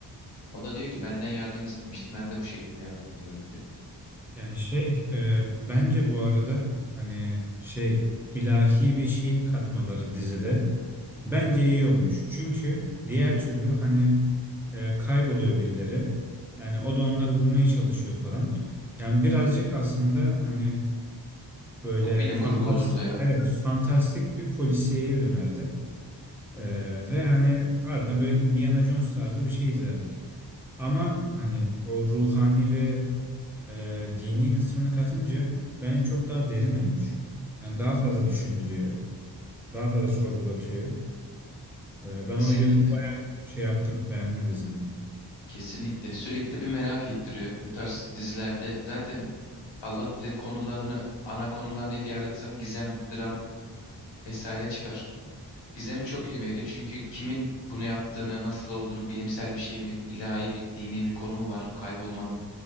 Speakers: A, on the left (about 75°); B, in the centre.
A: O da diyor ki benden yardım istemişti, ben de bu şekilde yardım ediyorum diyor.
B: Yani şey e, bence bu arada hani şey ilahi bir şey katmaları dizide. Bence iyi olmuş. Çünkü diğer türlü hani e, kayboluyor birileri. Yani o da onları bulmaya çalışıyor falan. Yani birazcık aslında hani böyle
A: Çok bilim
B: fantastik,
A: kurgu olurdu ya.
B: evet, fantastik bir polisiyeye dönerdi. E, ve hani ardından böyle Indiana Jones tarzı bir şey izlerdik. Ama hani o ruhani ve e, dini kısmını katınca bence çok daha derin olmuş. Yani daha fazla düşündürüyor. Daha fazla sorgulatıyor. E, ben
A: Kesinlikle.
B: o yönü Şey yaptım, beğendim dizimi.
A: Kesinlikle sürekli bir merak ettiriyor bu tarz dizilerde. Zaten Allah bilir konularını ana konular ne diye aratsan gizem, dram vesaire çıkar. Gizemi çok iyi veriyor çünkü kimin bunu yaptığını, nasıl olduğunu, bilimsel bir şey mi, ilahi bir, dini bir konu mu var kaybolmanın?